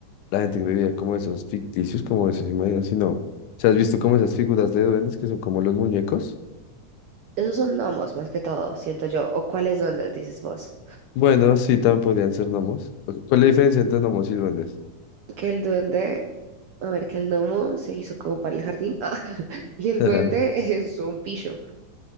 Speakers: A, on the left; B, on the right.
A: la gente que vivía como esos ficticios, como esos imaginarios sino, o sea, ¿has visto como esas figuras de duendes que son como los muñecos?
B: Esos son gnomos más que todo, siento yo. ¿O cuáles duendes, dices vos?
A: Bueno, sí, también podrían ser gnomos. Ok, ¿Cuál es la diferencia entre gnomos y duendes?
B: Que el duende... A ver, que el gnomo se hizo como para el jardín. <laughs> Ah, y el
A: <laughs>
B: duende es un pillo.